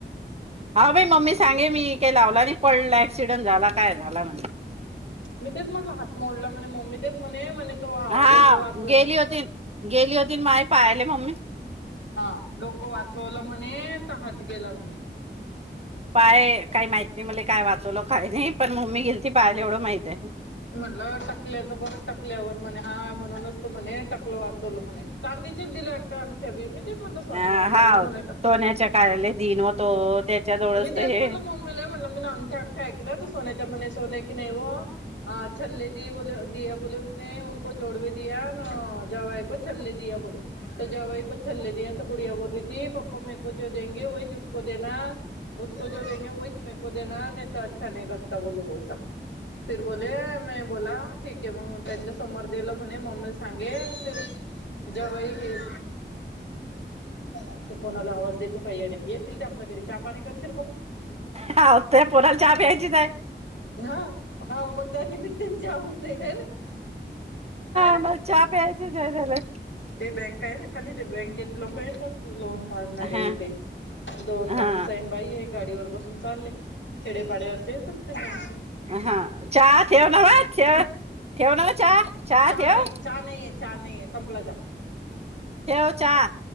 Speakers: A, on the right; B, on the left.
A: हा बाई. मम्मी सांगे मी काय लावला नाही. पडला ऍक्सिडेंट झाला काय झाला म्हणे.
B: मी तेच म्हणलं हात मोडला म्हणे. मम्मी तेच म्हणे म्हणे तो
A: हा
B: डोकं वाच-
A: <unintelligible> गेली होती ना माय पाह्यायले मम्मी.
B: हां. डोकं वाचवलं म्हणे. तर हात गेला म्हणे.
A: पाये काही माहित नाही मले काय वाचवलं काय नाही. पण मम्मी गेलती पाह्यले येवढं माहित आहे.
B: म्हटलं टकल्याचं बरं टकल्यावर. म्हणे हा म्हणूनच. तो म्हणे टकलं वाचवल म्हणे. चांदीचेच दिले वाटत. अंगठ्या बी. मी तेच म्हणलं सोन
A: अ
B: मम्मी
A: हा
B: म्हणायचा.
A: सोन्याच्या कार्याला दिन होतो त्याच्या जवळच
B: मी तेच
A: तर हे
B: म्हणलं मम्मी- मी लय म्हणलं मी अंगठ्या अंगठा ऐकलं. तर सोन्याच्या म्हणे सोन आहे कि नाही हो. आ. छल्ले दिये बोले दिया बोले उसने उनको जोडवे दिया न जवाई को छल्ले दिया बोले. तर जवाय को छल्ले दिया तर गुडिया बोल रही थी, पप्पा मेरे को जो देंगे वहीच ऊसको देना. उसको जो देंगे वहीच मेको देना नही अच्छा नही लगता बोले वो सब. फीर बोले मी बोला. ठीक आहे मग त्यांच्या समोर दिलं म्हणे. मम्मीला सांगेल फिर- जवयी हे वो. इथे कोणाला आवाज देतो? पाय येडं येतील ते आपल्या घरी. चहा पाणी करशील का मग?
A: हा त्या पोराला चहा प्यायचीच आहे
B: हा. हौ मग त्या निमित्त्यान चहा होऊन जाईल आहे ना? हा रे.
A: मला चाहा प्यायचीच ए <unintelligible>
B: ते बँक आहे ना खाली. ते बँकेत लोक येतात. लोन काढणारे
A: हा
B: ते. दोन
A: हा
B: बाण सैन बाई आहे गाडीवर बसून चाललेय. खेडेपाड्यावरचे येत असते <unintelligible>
A: हा चहा ठेव नवं. ठे ठेव ना व चहा. चहा
B: चा
A: ठेव
B: नाही. चा नाहीे. चा नाहीेए संपला चा.
A: ठेव चा.